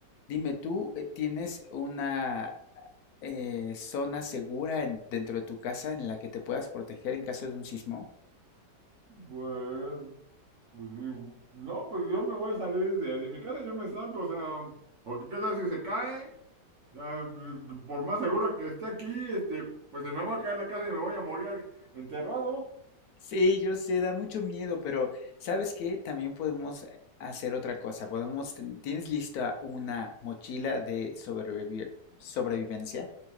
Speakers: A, on the left; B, on the right.
A: Dime, ¿tú eh, tienes una eh, zona segura en- dentro de tu casa en la que te puedas proteger en caso de un sismo?
B: Pues, pues, no, pues yo me voy a salir de, de mi casa, yo me zanco, o sea, porque qué tal si se cae? Ah, por más segura que esté aquí, este, pues se me va a caer la casa y me voy a morir enterrado.
A: Sí, yo sé, da mucho miedo, pero ¿sabes qué? También podemos eh, hacer otra cosa. Podemos, ten- ¿tienes lista una mochila de sobrevivi- sobrevivencia?